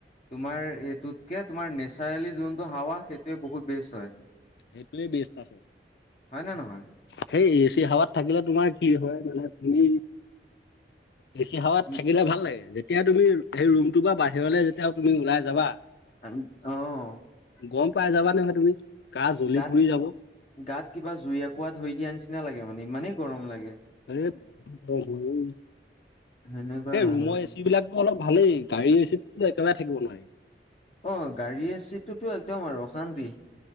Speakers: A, on the left (about 35°); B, on the left (about 65°).
A: তোমাৰ এইটোতকে তোমাৰ নেচাৰেলি যোনতটো হাৱা সেইটোয়ে বহুত। বেষ্ট হয়
B: এটো বেচ্তছে
A: হয় নে নহয়
B: সেই এচি হাৱাত থাকিলে তোমাৰ কি হয় মানে তুমি এ চি হাৱাত
A: উম,
B: থাকিলে ভাল লাগে যেতিয়া তুমি সেই ৰুমটো বা বাহিৰলৈ যেতিয়া তুমি ওলাই যাবা
A: আহ
B: গম পাই যাবা নহয় তুমি গা জ্বলি
A: গাত
B: পুৰি যাব
A: গাত কিবা জুই একঁকোৱা ধই দিয়া নিচিনা নিচিনা লাগে মানে ইমানেই গৰম লাগে।
B: এ বহুত গৰম হয়।
A: সেনেকুৱা
B: এই
A: হয়
B: ৰুমৰ
A: মানে
B: এচি বিলাকো অলপ ভালেই গাড়ী এচিতো একেবাৰে থাকিব নোৱাৰি।
A: অ গাড়ীৰ চিটটোতো একদম আৰু অশান্তি